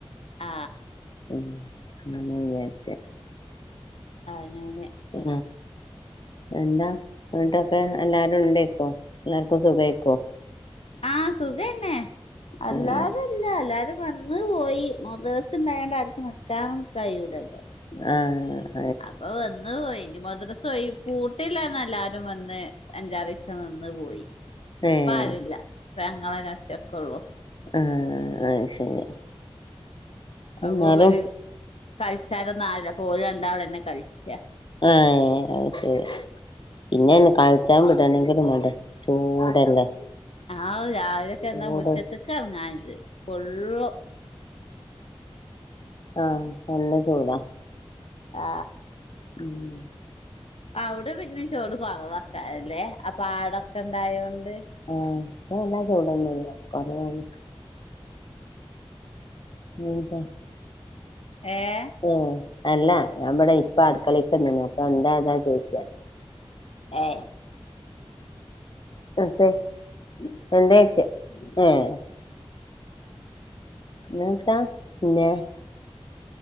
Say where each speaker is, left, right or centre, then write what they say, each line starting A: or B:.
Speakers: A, on the left; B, on the left.
A: ആ
B: മ് പിന്നെ വിചാരിചെ
A: അങ്ങനെ.
B: ആ ന്താ വീട്ടൊക്കെ എല്ലാരും ണ്ടേയ്ക്കും എല്ലാർക്കും സുഖേയ്ക്കും
A: ആ സുഖന്നെ അല്ലാതെ
B: ആഹ്
A: ഇല്ല എല്ലരും വന്ന് പോയി മദ്രസ ണ്ടായോണ്ട് ആർക്ക് നിക്കാൻ കഴിയൂലല്ലോ.
B: ആ
A: അപ്പൊ വ നിന്ന് പോയി ഇനി മദ്രസ് ഒഴി പൂട്ടില്ലന്ന് എല്ലാരും വന്ന് അഞ്ചാറീസം നിന്ന് പോയി
B: ഏഹ്
A: പ്പാരൂല്ലാ പ്പം ഞങ്ങളന്നെ ഒറ്റക്കെ ള്ളൂ.
B: ആ അത് ശരി. എന്നാലും
A: അപ്പോ വര് കഴിച്ചാനൊന്നു ആവൂല. അപ്പൊ ഓല് രണ്ടാൾ തന്നെ കൾച്ചാ
B: ആ അത് ശരിയാ. ഇങ്ങനെ കളിച്ചാൻ വിടണെങ്കിലും ചൂടല്ലേ
A: ആ രാവിലെ തന്നെ
B: ചൂട്
A: മുറ്റത്തെക്ക് എറങ്ങാൻ ച്. പൊള്ളും.
B: ആ നല്ല ചൂടാ.
A: ആ
B: ഉം
A: അവിടെ പിന്നെ ചൂട് കൊറവക്കാറല്ലേ അ പാടൊക്കെ ഇണ്ടായൊണ്ട്?
B: ആ ഇപ്പ എല്ലാം ചൂടൊന്നല്ല കൊറവാണ്. <unintelligible>
A: ഏ
B: ഉം അല്ല ഞാൻ ഇവിടെ ഇപ്പൊ അടുക്കളേ. തന്നെയനി അപ്പൊ എന്തായേതാ ചോദിച്ചയ
A: ഏ
B: <unintelligible> <unintelligible>